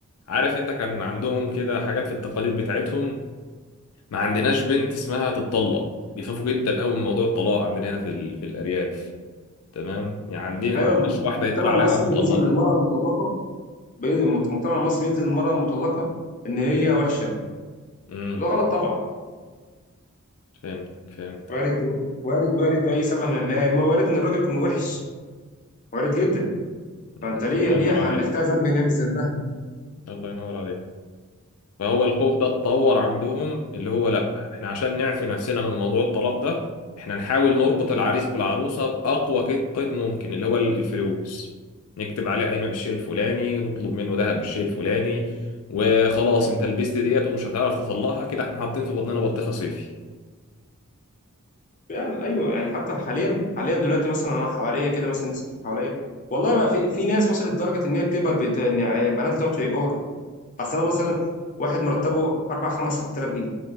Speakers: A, on the left; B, on the left.
A: عارف انت كان عندهم كده حاجات في التقاليد بتاعتهم ما عندناش بنت اسمها تتطلق بيخافوا جدا قوي من موضوع الطلاق عندنا هنا في ال- في الارياف تمام يعني عندي
B: أيوه
A: ما عندناش
B: الم-
A: واحدة
B: المجتمع
A: يتقال عليها
B: المصري
A: مطلقة
B: بينزل للمرأة المطلقة بين- المجتمع المصري بينزل للمرأة المطلقة إن هي وحشة
A: امم
B: وده غلط طبعا
A: فهمتك فهمتك
B: وارد وارد وارد اي سبب من ما ما وارد ان الراجل يكون وحش وارد جدا
A: مم.
B: فانت ليه
A: الله
B: ليه
A: ينور
B: حملتها
A: عليك
B: ذنب هنا مش ذنبها
A: الله ينور عليك فهو الخوف ده اتطور عندهم اللي هو لا احنا عشان نعفي نفسنا من موضوع الطلاق ده احنا نحاول نربط العريس بالعروسة بأقوى قيد قيد ممكن اللي هو ال- الفلوس نكتب عليه قايمة بالشيء الفلاني نطلب منه ذهب بالشيء الفلاني وخلاص انت لبست ديت ومش هتعرف تطلقها كده احنا حاطين في بطننا بطيخة صيفي
B: يعني ايوه يعني حتى حاليا حاليا دلوقتي مثلا انا حواليا كده مثلا الناس اللي حواليا والله بقى في في ناس وصلت لدرجه ان هي بتقبل بت... ان يعني بناتها تقعد في ايجار اصل انا مثلا واحد مرتبه 4 5 6000 جنيه